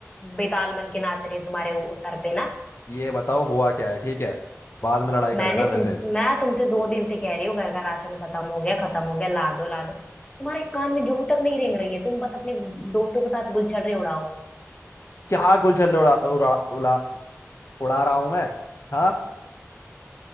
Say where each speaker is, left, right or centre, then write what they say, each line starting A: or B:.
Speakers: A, on the left; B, on the left.
A: बेताल बन के नाच रही हूँ तुम्हारे वो सर पे ना
B: ये बताओ हुआ क्या है ठीक है बाद में लड़ाई कर
A: मैंने
B: लेना मेरे
A: तुम
B: से
A: मैं तुमसे दो दिन से कह रही हूँ घर का राशन खत्म हो गया खत्म हो गया ला दो ला दो तुम्हारे कान में जू तक नहीं रेंग रही है तुम बस अपने दोस्तों के साथ बुलछड़े उड़ाओ
B: क्या गुलछल उड़ा उड़ा उड़ा उड़ा रहा हूँ मैं हाँ